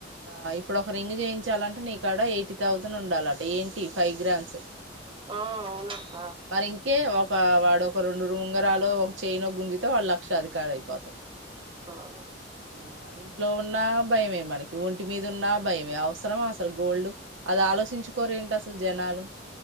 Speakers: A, on the right; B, on the right.
A: ఆ ఇప్పుడు ఒక రింగ్ జేయించాలంటే నీకాడ ఎయ్టీ థౌసండ్ ఉండాలట ఏంటి ఫైవ్ గ్రామ్సే.
B: ఆ అవునక్క
A: మరింకే ఒక వాడు ఒక రొండు. ఉంగరాలో ఒక చైనో గుంజితే వాళ్ళ లక్షాధికారయిపోతవ్
B: ఆ
A: ఆ ఇంట్లో ఉన్నా భయమే మనకి ఒంటి మీదున్నా భయమే అవసరమా అసలు గోల్డు. అదాలోసించుకోరేంటసలు జనాలు.